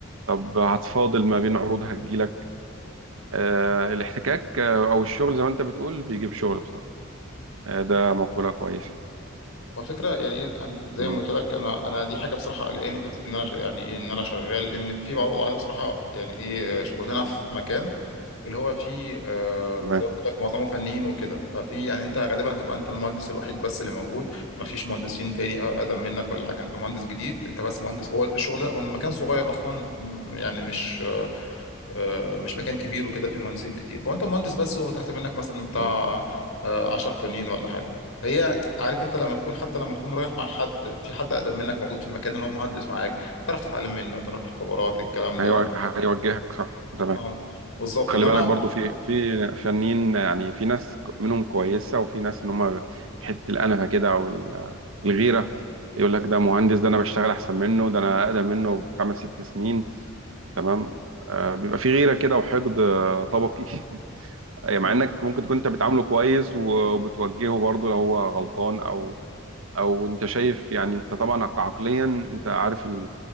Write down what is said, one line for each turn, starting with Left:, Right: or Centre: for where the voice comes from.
Right: طب هتفاضل ما بين عروض هتجيلك آه، الاحتكاك آه، او الشغل زي ما انت بتقول بيجيب شغل بصراحه آه، ده مقوله كويسه
Left: هو فكرة يعني إيه، عن- زي
Right: مم.
Left: ما قلت لك انا انا دي حاجه بصراحه قلقاني حته ان انا ش- يعني ايه ان انا شغال لان في معروض عليا بصراحه يعني ايه آه، شغلنا في مكان اللي هو فيه آه
Right: تمام
Left: زي ما قلت لك معظمه فنيين وكده ففي يعني انت غالبا هتبقى انت المهندس الوحيد بس اللي موجود ما فيش مهندسين تاني اقدم منك ولا حاجه انت مهندس جديد انت بس مهندس هو الشغل ده- هو المكان صغير اصلا م- يعني مش آه، مش مكان كبير وكده فيه مهندسين كتير فانت مهندس بس وتحت منك مثلا بتاع
Right: مم.
Left: آه، 10 فنيين ولا حاجه هي عارف انت لما تكون حتى لما تكون رايح مع حد في حد اقدم منك موجود في المكان اللي هو مهندس معاك تعرف تتعلم منه تعرف الخبرات الكلام ده
Right: هيو- هيوجهك صح تمام
Left: اه بالظبط
Right: خلي
Left: انما
Right: بالك برضو في في فنانين يعني في ناس ك- منهم كويسة وفي ناس ان هم حتة الأنفة كده او ال- الغيرة يقول لك ده مهندس ده انا بشتغل احسن منه ده انا اقدم منه بخمس ست سنين تمام آه بيبقى في غيرة كده وحقد آه، طبقي <laughs> أي مع
Left: اه
Right: انك ممكن تكون انت بتعامله كويس وبتوجهه برضو لو هو غلطان او او انت شايف يعني انت طبعا عقليا انت عارف